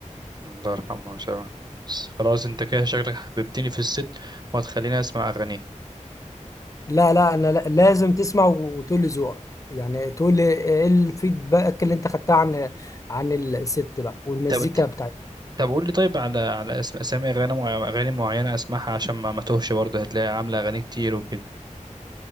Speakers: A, on the right (about 30°); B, on the left (about 25°).
A: الله يرحمه ويسامحه بس خلاص انت كده شكلك حببتني في الست وهتخليني اسمع اغانيه
B: لا لا انا لا- لازم تسمع وتقول لي ذوقك يعني تقول لي ايه الفيدباك اللي انت خدتها عن عن الست بقى والمزيكا
A: طب
B: بتاعتها
A: طب قول لي طيب على على اسم اسامي اغاني مع... اغاني معينه اسمعها عشان ما ما توهش برضه هتلاقي عامله اغاني كتير وكده